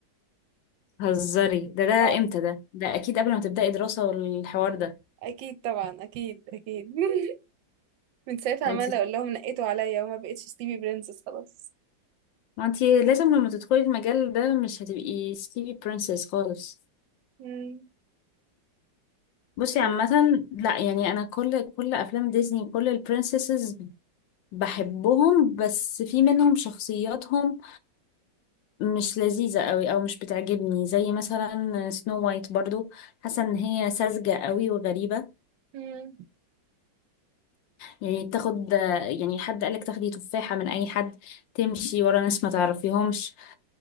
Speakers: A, on the left; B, on the right.
A: هزري
B: <laughs>
A: ده ده
B: اه
A: امتى ده ده اكيد قبل ما تبداي دراسه والحوار ده
B: اكيد طبعا اكيد اكيد <laughs> من ساعتها
A: ده
B: عمالة
A: انت
B: اقول لهم نقيتوا عليا وما بقتش سليبي برنسس خلاص
A: ما انت لازم لما تدخلي المجال ده مش هتبقي سليبي برنسس خالص
B: مم.
A: بصي
B: يلا
A: عامه لا يعني انا كل كل افلام ديزني كل البرنسسز بحبهم بس في منهم شخصياتهم مش لذيذة قوي او مش بتعجبني زي مثلا سنو وايت برضو حاسة ان هي ساذجة قوي وغريبة
B: مم.
A: يعني تاخد يعني حد قالك تاخدي تفاحة من اي حد تمشي ورا ناس ما تعرفيهمش